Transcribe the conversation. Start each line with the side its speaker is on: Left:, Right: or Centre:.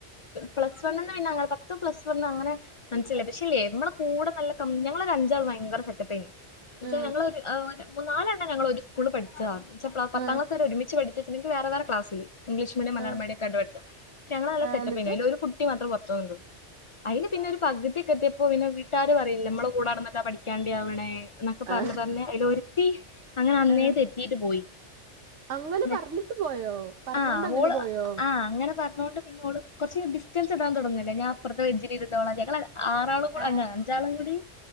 Left: പ്ലസവണ്ന്ന് പിന്നെ പത്ത് പ്ലസവൺ അങ്ങനെ മനസ്സിലായി പക്ഷേല്ലേ നമ്മളെ കൂടെ നല്ല കമ്പിനി ഞങ്ങളൊരു അഞ്ചാൾ ഭയങ്കര സെറ്റപ്പേനി പക്ഷെ
Right: ആ
Left: ഞങ്ങളൊരു മുന്നാലെണ്ണം ഞങ്ങളൊരു സ്കൂള് പഠിച്ചതാ പത്താം
Right: ആ
Left: ക്ലാസ് വരെ ഒരുമിച്ച് പഠി ച്ച വേറെ വേറെ ക്ലാസില് ഇംഗ്ലീഷ് ഇംഗ്ലീഷ് മീഡിയം മലയാളം
Right: ആ
Left: മീഡിയക്കൊ ആയിട്ടാ പഠിച്ച പക്ഷേ ഞങ്ങളെല്ല
Right: ആ
Left: സെറ്റപ്പനി
Right: എന്നിട്ട്
Left: അതിൽ ഒരു കുട്ടി മാത്രം പുറത്ത്ന്നുള്ളു അതില് പിന്നെ ഒരു പകുതിക്കെ എത്തിയപ്പോ പിന്നെ വീട്ടാര് പറയില്ലേ നമ്മള കൂടെ നടന്നിട്ടാ പഠിക്കാണ്ടി ആവണെ എന്നൊക്കെ
Right: ആ
Left: പറഞ്ഞ് പറഞ്ഞ് അതില് ഒരുത്തി അങ്ങനെ അന്നേ
Right: ആ
Left: തെറ്റീട്ട് പോയി
Right: അങ്ങനെ
Left: മ
Right: പറഞ്ഞിട്ട് പോയോ പറഞ്ഞോണ്ട്
Left: ആഹ്
Right: അങ്ങനെ
Left: ഓള്
Right: പോയോ
Left: ആഹ് അങ്ങനെ പറഞ്ഞൊണ്ട് പിന്നെ ഓള് കുറച്ച് ഡിസ്റ്റൻസ് ഇടാൻ തുടങ്ങുല്ലേ ഞാൻ അപ്പുറത്തെ ബെഞ്ചിൽ ഇരുന്നോളാം ഞങ്ങള് ആറാളും കൂടെ
Right: ഏ
Left: അല്ല അഞ്ചാളും കൂടി